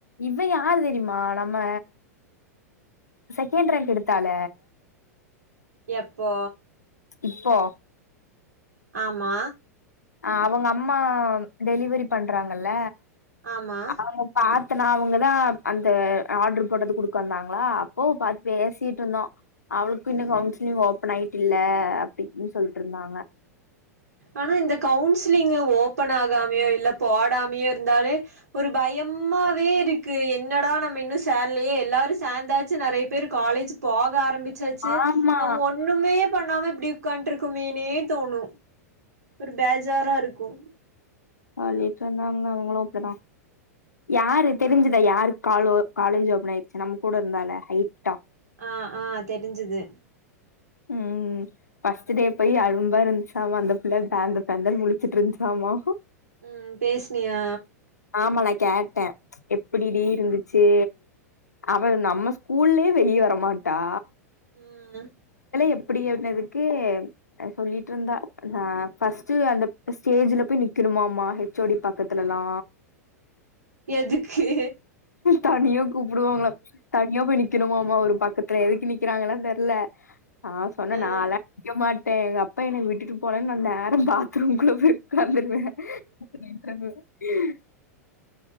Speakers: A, on the left; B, on the right.
A: இவ யாரு தெரிமா நம்ம செகண்ட் ரேங்க் எடுத்தால
B: எப்போ
A: இப்போ
B: ஆமா
A: அ அவுங்க அம்மா டெலிவரி பண்றாங்கல்ல
B: ஆமா
A: அவுங்க பாத் த நா அவுங்கதா அந்த ஆர்டர் போட்டது குடுக்க வந்தாங்ளா அப்போ பாத்து பேசிட்டு இருந்தோ அவளுக்கு இன்னு கவுன்சிலிங் ஓபன் ஆயிட்டு இல்ல அப்டினு சொல்ட்டு இருந்தாங்க
B: ஆனா இந்த கவுன்சிலிங் ஓபன் ஆகாமயோ இல்ல போடாமையோ இருந்தாலே ஒரு பயமாவே இருக்கு என்னடா நம்ம இன்னு சேரலயே எல்லாரு சேந்தாச்சு நெறய பேர் காலேஜ்ஜு போக ஆரம்பிச்ச ஆரம்பிச்சாச்சு
A: ஆமா
B: நம்ம ஒன்னுமே பண்ணாம இப்டி ஒக்காண்டு இருக்குமேனே தோணு ஒரு பேஜாரா இருக்கு
A: ஆ லேட்ரா இருந்தாங்கன்னா அவுங்களு அப்டிதா யாரு தெரிஞ்சதா யாரு காலு காலேஜ் ஓப்பன் ஆயிடுச்சு நம்ம கூட இருந்தால ஹைட்டா
B: ஆ ஆ தெரிஞ்சது
A: ம் பஸ்ட் டே போய் அரும்பா இருந்துச்சாமா அந்த புள்ள பேந்த பேந்தனு முளிச்சுட்டு இருந்துச்சாமா
B: ம் பேஸ்னியா
A: ஆமா நா கேட்டே எப்டி டி இருந்துச்சு அவ நம்ம ஸ்கூல்லயே வெளிய வரமாட்டா
B: ம்
A: எப்டி ஆனதுக்கு சொல்லிட்டு இருந்தா ஆ ஃபஸ்ட் அந்த ஸ்டேஜ்ல போய் நிக்கணும்மாமா ஹெச்ஓடி பக்கத்துல எல்லா
B: எதுக்கு
A: தனியா கூப்டுவாங்கள தனியா போய் நி க்கணுமோமா ஒரு பக்கத்துல எதுக்கு நிக்கிறாங்கன்னா தெரில நா சொன்ன
B: ஆ
A: நாலா நிக்க மாட் பே எங்க அப்பா என்ன விட்டுட்டு போனே நா நேரா பாத்ரூம்குள்ள போய் ஒக்காந்துருவே <unintelligible>